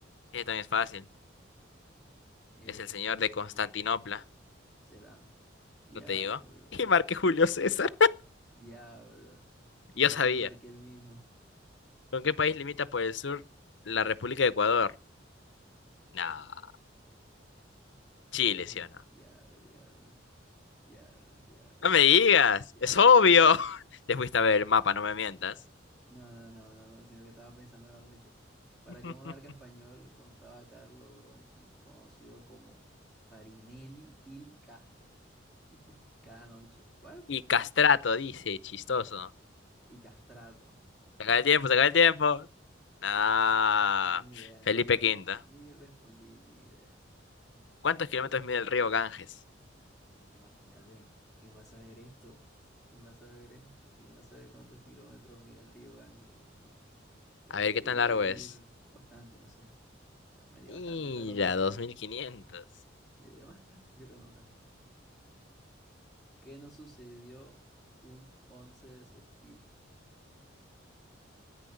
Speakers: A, on the left; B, in the centre.
A: Este también es fácil.
B: Este
A: Es el señor de Constantinopla.
B: será. Diablos,
A: ¿No te digo? <laughs> Y marqué Julio César.
B: diablos. Yo
A: Yo
B: también
A: sabía.
B: marqué el mismo.
A: ¿Con qué país limita por el sur la República de Ecuador? Nah, Chile,
B: Eh,
A: ¿sí o no?
B: diablo, diablo, diablo, diablo,
A: No me digas,
B: diablo,
A: es obvio.
B: diablo.
A: <laughs> Te fuiste a ver el mapa, no me mientas.
B: No, no, no, no, no, sino que estaba pensando ahora mucho. ¿Para
A: <laughs>
B: qué monarca español contaba Carlo Bronchi, conocido como Farinelli il Castro? <laughs> Cada noche. ¿What?
A: Y Castrato dice, chistoso.
B: Y castrato.
A: Se acaba el tiempo, se acaba el tiempo. Nah,
B: Ni idea,
A: Felipe
B: ni, ni,
A: Quinto.
B: ni respondí, ni idea. <laughs>
A: ¿Cuántos kilómetros mide el río Ganges?
B: Pero es que imagínate, ¿quién va a saber esto? ¿Quién va a saber esto? ¿Quién va a saber cuántos kilómetros mide el río Ganges? Dios mío. Debe
A: A ver
B: medir
A: qué tan largo es.
B: bastante, no sé. Bueno, medía
A: Mira,
B: bastante, pero no tanto.
A: dos mil quinientos.
B: Medía bastante, <laughs> pero no tanto. ¿Qué nos sucedió un once de septiembre?